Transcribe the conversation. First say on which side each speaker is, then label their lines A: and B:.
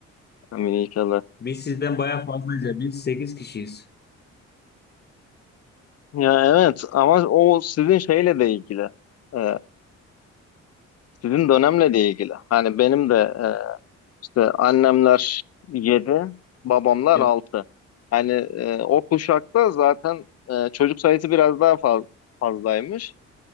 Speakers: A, on the left (about 55°); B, on the left (about 35°).
A: Amin inşallah.
B: Biz sizden baya fazlayız. Biz 8 kişiyiz.
A: Ya evet ama o sizin şeyle de ilgili. E, sizin dönemle de ilgili. Hani benim de e, İşte annemler 7, babamlar
B: Evet,
A: 6. Hani e, o kuşakta zaten e, çocuk sayısı biraz daha faz- fazlaymış.